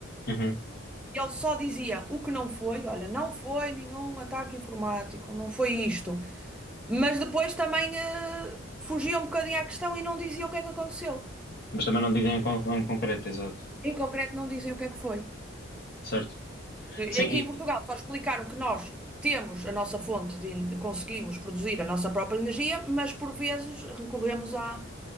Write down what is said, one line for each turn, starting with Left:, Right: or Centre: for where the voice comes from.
Left: Uhum.
Centre: e Ele só dizia o que não foi, olha, não foi nenhum ataque informático, não foi isto. Mas depois também eh, fugia um bocadinho à questão e não dizia o que é que aconteceu.
Left: Mas também não digo em, con- em concreto, exato.
Centre: Em concreto não dizem o que é que foi.
Left: Certo.
Centre: E
Left: Sim,
Centre: aqui
Left: e-
Centre: em Portugal só explicaram que nós temos a nossa fonte de en- conseguimos produzir a nossa própria energia, mas por vezes recorremos à,